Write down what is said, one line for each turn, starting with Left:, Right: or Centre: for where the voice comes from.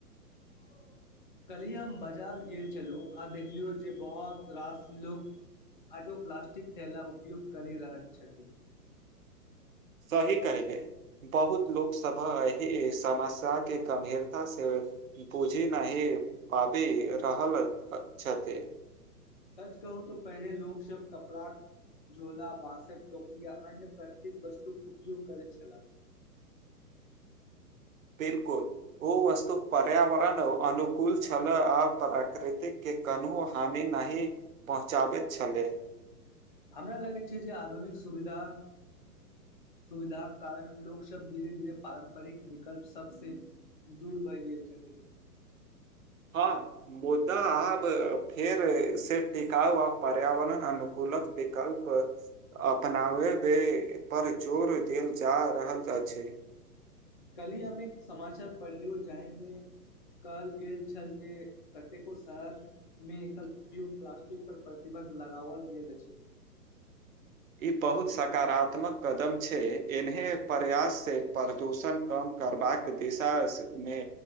Left: <inaudible> कलहि हम बाजार गेल छलहुँ आ देखलियौ जे बहुत रास लोक आजो प्लास्टिक थैला उपयोग करै रहैत छथि
Right: सही कहहिले बहुत लोकसभा एहि समस्य के गंभीरता से बुछि नहि पाबी रहलल छथि
Left: सच कहू तऽ पहिने लोक सब कपड़ा झोला बाँसक टोकरी आ अन्य प्रत्येक वस्तु उपयोग करैत छलाह <inaudible>
Right: बिलकुल ओ वस्तु पर्यावरण अनुकूल छल आ प्राकृतिक कनहुँ हानि नहि पहुँचाबैत छलै
Left: हमरा लागै छै जे आधुनिक सुविधा सुविधाक कारण लोक सब धीरे धीरे पारम्परिक विकल्प सब से दूर भए गेल छथिन <inaudible>
Right: हँ मुदा आब फेर से टिकाउ आ पर्यावरण अनुकूल लक विकल्प अपनाबै पर जोर देल जा रहल अछि
Left: कल्हि हम एक समाचार पढ़लियौ जाहिमे कहल गेल छल जे कतेको शहरमे एकर उपयोग प्लास्टिक पर प्रतिबन्ध लगाओल गेल अछि
Right: ई बहुत सकारात्मक कदम छै एन्हे प्रयास से प्रदूषण कम करबाक दिशामे